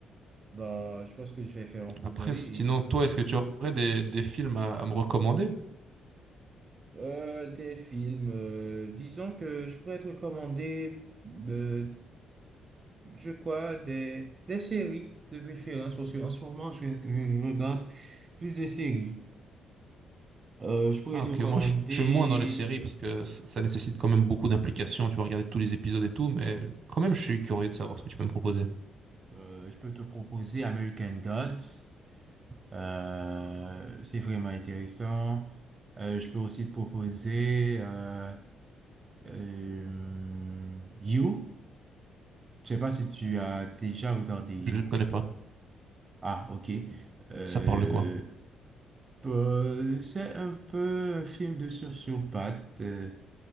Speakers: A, on the right (about 35°); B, on the right (about 55°).
A: Bah, je pense que je vais faire un coup
B: Après,
A: d'œil
B: sinon, toi, est-ce que tu aurais des, des films à à me recommander?
A: Euh, des films, euh, disons que je pourrais te recommander, euh, je crois, des, des séries de préférence, parce qu'en ce moment, je, je- je regarde plus de séries. Euh, je pourrais
B: Ah
A: te
B: ok,
A: recommander,
B: moi je je suis moins dans les séries parce que ça, ça nécessite quand même beaucoup d'implication, tu vas regarder tous les épisodes et tout, mais quand même je suis curieux de savoir ce que tu peux me proposer.
A: euh, je peux te proposer American Gods, euh, c'est vraiment intéressant. Euh, je peux aussi te proposer euh, euh, You, je sais pas si tu as déjà regardé You.
B: Je connais pas.
A: Ah, ok. Euh,
B: Ça parle de quoi? <laughs>
A: peu- c'est un peu un film de sociopathe. euh,